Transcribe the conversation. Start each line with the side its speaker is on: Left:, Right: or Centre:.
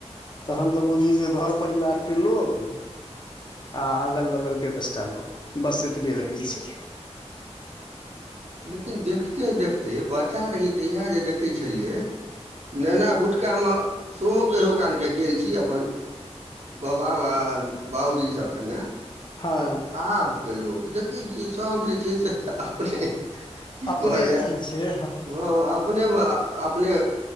Left: तहन तऽ बुझू जे, घर परिवार के लोक आ अगल- बगल के दस टा लोक, बस एतबे रहै छै।
Right: लेकिन देखते- देखते बच्चा रही तहिया जे, देखै छलियै नेना भुटका मे सेहो कहियो कालके गेल छी अपन बाबा आ बाबू जी सब संगे।
Left: हँ
Right: आ आब के लोक देखै छियै सभ जे छै से अपने की
Left: अपने
Right: कहल जाय,
Left: अथी छै
Right: हँ अपने मे अपने